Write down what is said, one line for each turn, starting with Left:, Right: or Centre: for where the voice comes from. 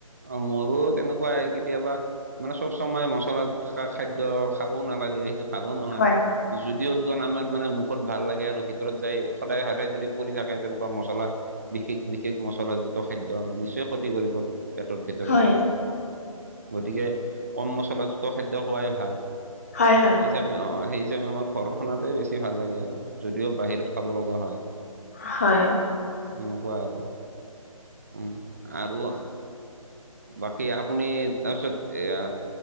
Right: অ মোৰো তেনেকুৱাই কেতিয়াবা মানে চব সময়ে মচলা থকা খাদ্য খাবও নালাগে সেইটো ভালো নহয়
Left: হয়
Right: যদিও সিখন আমাৰ মানে মুখত ভাল লাগে আৰু ভিতৰত যায় সদায় সদায় যদি পৰি থাকে তেনেকুৱা মছলা বিশেষ বিশেষ মচলাযুক্ত খাদ্য নিশ্চয় ক্ষতি কৰিব। পেটৰ ভিতৰত
Left: হয়
Right: যায়। গতিকে কম মছলাযুক্ত খাদ্য খোৱাই ভাল।
Left: হয় হয়।
Right: সেই হিচাপে অ সেই হিচাপে আমাৰ ঘৰৰ খানাতে বেছি ভাল লাগে আৰু যদিও বাহিৰত খাব লগা হয়।
Left: হয়।
Right: তেনেকুৱা আৰু ও আৰু বাকী আপুনি তাৰপিছত এয়া